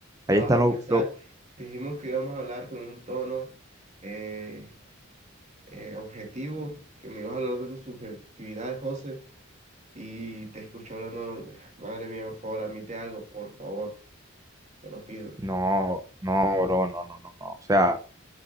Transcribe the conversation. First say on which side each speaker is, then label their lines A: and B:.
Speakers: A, on the right (about 35°); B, on the right (about 15°).
A: ya
B: ahí
A: vas
B: están
A: a empezar.
B: los, los-
A: Dijimos que íbamos a hablar con un tono eh, eh, objetivo, que me ibas a hablar de tus subjetividades, José, y te escucho hablando, madre mía, por favor, admite algo, por favor, te lo pido.
B: No, no, bro, no, no, no, no. O sea.